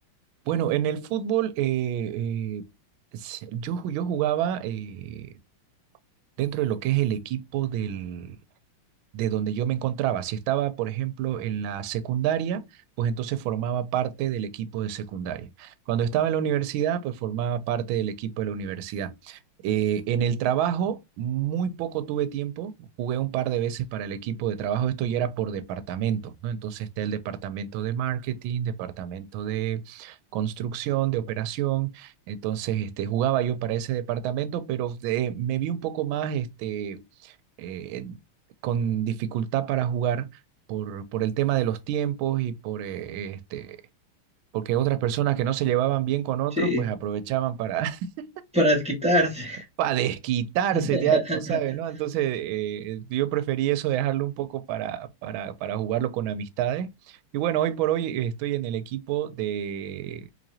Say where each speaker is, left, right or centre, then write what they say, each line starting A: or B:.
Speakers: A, on the right; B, in the centre.
A: Bueno, en el fútbol eh, eh, s- yo, ju- yo jugaba eh, dentro de lo que es el equipo del, de donde yo me encontraba. Si estaba, por ejemplo, en la secundaria, pues entonces formaba parte del equipo de secundaria. Cuando estaba en la universidad, pues formaba parte del equipo de la universidad. Eh, en el trabajo, muy poco tuve tiempo, jugué un par de veces para el equipo de trabajo, esto ya era por departamento, ¿no? Entonces está el departamento de marketing, departamento de construcción, de operación, entonces este, jugaba yo para ese departamento, pero eh, me vi un poco más, este, eh, con dificultad para jugar por, por el tema de los tiempos y por eh, este, porque otras personas que no se llevaban bien con otros,
B: Sí,
A: pues aprovechaban para, <laughs>
B: para desquitarse.
A: para desquitarse,
B: <laughs>
A: ya tú sabes, ¿no? Entonces eh, yo preferí eso, dejarlo un poco para, para, para jugarlo con amistades. Y bueno, hoy por hoy estoy en el equipo de